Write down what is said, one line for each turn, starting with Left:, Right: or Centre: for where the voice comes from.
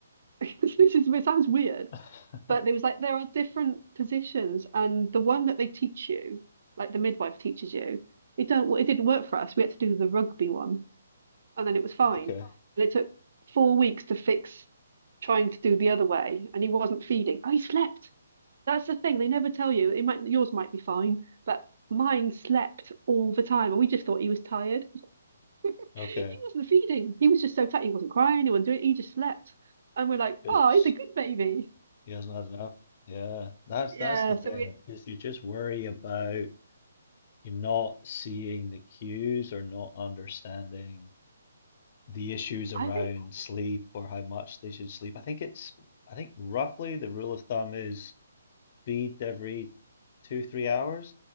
Right: <laughs> This is, it sounds weird,
Left: <laughs>
Right: but there was like, there are different positions and the one that they teach you, like the midwife teaches you, it don't, it didn't work for us. We had to do the rugby one and then it was fine.
Left: Okay.
Right: And it took four weeks to fix trying to do the other way and he wasn't feeding. I slept. That's the thing. They never tell you. It might yours might be fine, but mine slept all the time and we just thought he was tired. <laughs>
Left: Okay.
Right: He wasn't feeding. He was just so tired. He wasn't crying, he wasn't doing it, he just slept. And we're like,
Left: Because
Right: oh, he's a good baby.
Left: he hasn't had enough. Yeah. That's
Right: Yeah,
Left: that's the thing,
Right: so we
Left: because you just worry about. you're not seeing the cues or not understanding the issues around
Right: I think
Left: sleep or how much they should sleep. I think it's, I think roughly the rule of thumb is feed every two, three hours.